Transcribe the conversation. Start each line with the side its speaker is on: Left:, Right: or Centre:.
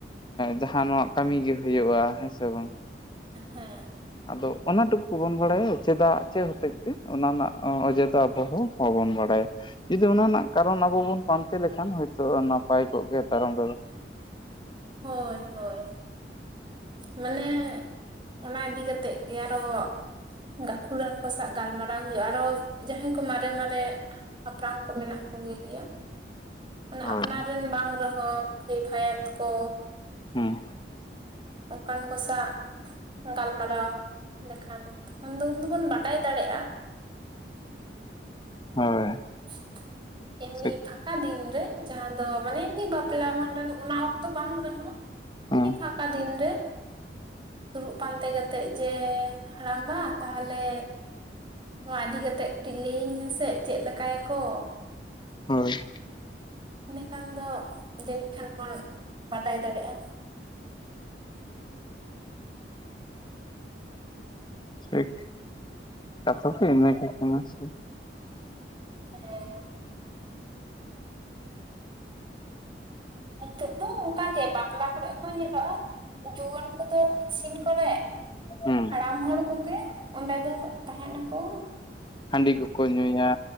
Left: ᱡᱟᱦᱟᱱᱟᱜ ᱠᱟᱹᱢᱤ ᱜᱮ ᱦᱩᱭᱩᱜᱼᱟ ᱦᱮᱸ ᱥᱮ ᱵᱟᱝ
Right: ᱦᱮᱸ
Left: ᱟᱫᱚ ᱚᱱᱟ ᱴᱩᱠᱩ ᱵᱚᱱ ᱵᱟᱲᱟᱭᱟ ᱪᱮᱫᱟᱜ ᱪᱮᱫ ᱦᱚᱛᱮᱡ ᱛᱮ ᱚᱱᱟ ᱨᱮᱱᱟᱜ ᱚᱡᱮ ᱫᱚ ᱟᱵᱚ ᱦᱚᱸ ᱵᱟᱵᱚᱱ ᱵᱟᱲᱟᱭᱟ ᱡᱩᱫᱤ ᱚᱱᱟ ᱨᱮᱱᱟᱜ ᱠᱟᱨᱚᱱ ᱟᱵᱚ ᱵᱚᱱ ᱯᱟᱱᱛᱮ ᱞᱮᱠᱷᱟᱱ ᱦᱭᱚᱛᱚ ᱱᱟᱯᱟᱭ ᱠᱚᱜ ᱜᱮᱭᱟ ᱛᱟᱭᱚᱢ ᱨᱮ
Right: ᱦᱳᱭ ᱦᱳᱭ ᱢᱟᱱᱮ ᱚᱱᱟ ᱤᱫᱤ ᱠᱟᱛᱮᱜ ᱜᱮ ᱟᱨᱚ ᱜᱟᱹᱠᱷᱩᱲᱟᱱ ᱠᱚ ᱥᱟᱜ ᱜᱟᱞᱢᱟᱨᱟᱣ ᱦᱩᱭᱩᱜᱼᱟ ᱟᱨᱚ ᱡᱟᱦᱟᱸᱭ ᱠᱚ ᱢᱟᱨᱮ ᱢᱟᱨᱮ ᱦᱟᱯᱲᱟᱢ ᱠᱚ ᱢᱮᱱᱟᱜ ᱠᱚᱜᱮ ᱜᱮᱭᱟ ᱚᱱᱮ
Left: ᱦᱳᱭ
Right: ᱟᱯᱱᱟᱨ ᱨᱮᱱ ᱵᱟᱝ ᱨᱮᱦᱚᱸ ᱵᱷᱟᱹᱭ ᱵᱷᱟᱭᱛ ᱠᱚ
Left: ᱦᱮᱸ
Right: ᱚᱱᱠᱟᱱ ᱠᱚᱥᱟᱜ ᱜᱟᱞᱢᱟᱨᱟᱣ ᱞᱮᱠᱷᱟᱱᱠᱷ ᱫᱚ ᱩᱱ ᱫᱚᱵᱚᱱ ᱵᱟᱰᱟᱭ ᱫᱟᱲᱮᱭᱟᱜᱼᱟ
Left: ᱦᱳᱭ
Right: <unintelligible> ᱮᱢᱱᱤ
Left: ᱴᱷᱤᱠ
Right: ᱯᱷᱟᱸᱠᱟ ᱫᱤᱱ ᱨᱮ ᱡᱟᱦᱟᱸ ᱫᱚ ᱢᱟᱱᱮ ᱮᱢᱱᱤ ᱵᱟᱯᱞᱟ ᱵᱷᱟᱸᱰᱟᱱ ᱚᱱᱟ ᱚᱠᱛᱚ ᱵᱟᱝ ᱨᱮᱦᱚᱸ
Left: ᱦᱮᱸ
Right: ᱮᱢᱱᱤ ᱯᱷᱟᱠᱟ ᱫᱤᱱᱨᱮ ᱫᱩᱲᱩᱵ ᱯᱟᱱᱛᱮ ᱠᱟᱛᱮᱜ ᱡᱮ ᱦᱟᱲᱟᱢᱵᱟ ᱛᱟᱦᱚᱞᱮ ᱱᱚᱣᱟ ᱤᱫᱤ ᱠᱟᱛᱮᱜ ᱠᱟᱹᱴᱤᱡ ᱞᱟᱹᱭᱟᱹᱧ ᱢᱮᱥᱮ ᱪᱮᱫ ᱞᱮᱠᱟᱭᱟᱠᱚ
Left: ᱦᱚᱭ ᱸ
Right: ᱤᱱᱟᱹ ᱠᱷᱟᱱ ᱫᱚ ᱡᱟᱹᱱᱤᱡ ᱠᱷᱟᱱ ᱵᱚᱱ ᱵᱟᱰᱟᱭ ᱫᱟᱲᱮᱭᱟᱜᱼᱟ
Left: ᱴᱷᱤᱠ ᱠᱟᱛᱷᱟ ᱫᱚ ᱤᱱᱟᱹᱜᱮ ᱠᱟᱱᱟ ᱥᱮ
Right: ᱦᱮᱸ ᱱᱤᱛᱚᱜ ᱫᱚ ᱚᱱᱠᱟᱜᱮ ᱵᱟᱯᱞᱟ ᱠᱚᱨᱮ ᱦᱚᱸ ᱧᱮᱞᱚᱜᱼᱟ ᱡᱩᱣᱟᱹᱱ ᱠᱚᱫᱚ ᱤᱥᱤᱱ ᱯᱚᱨᱮ
Left: ᱦᱮᱸ
Right: ᱦᱟᱲᱟᱢ ᱦᱚᱲ ᱠᱚᱜᱮ ᱚᱸᱰᱮ ᱫᱚ ᱛᱟᱦᱮ ᱱᱟᱠᱚ
Left: ᱦᱟᱺᱰᱤ ᱠᱚᱠᱚ ᱧᱩᱭᱟ